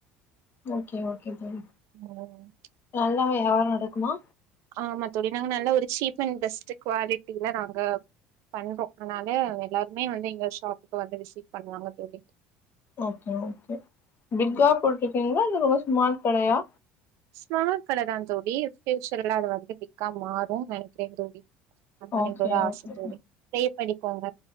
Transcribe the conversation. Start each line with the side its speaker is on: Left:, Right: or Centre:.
Left: ஓகே ஓகே தோழி
Right: ம்
Left: நல்லா யாவாரோ நடக்குமா
Right: ஆமா தோழி நாங்க நல்லா ஒரு சீப் அண்ட் பெஸ்ட்டு குவாலிட்டில நாங்க பண்றோ அதனால எல்லாருமே வந்து எங்க ஷாப்புக்கு வந்து விசிட் பண்ணுவாங்க தோழி
Left: ஓகே ஓகே பிக்கா
Right: ம்.
Left: போட்டிருக்கீங்களா இல்ல ரொம்ப ஸ்மால் கடையா
Right: ஸ்மால் கடதா தோழி ஃபியூச்சர்ல அது வந்து பிக்கா மாறுன்னு நெனைக்கிறே தோழி அதா
Left: ஓகே
Right: எங்களோட ஆச
Left: ஓகே
Right: தோழி ப்ரே பண்ணிக்கோங்க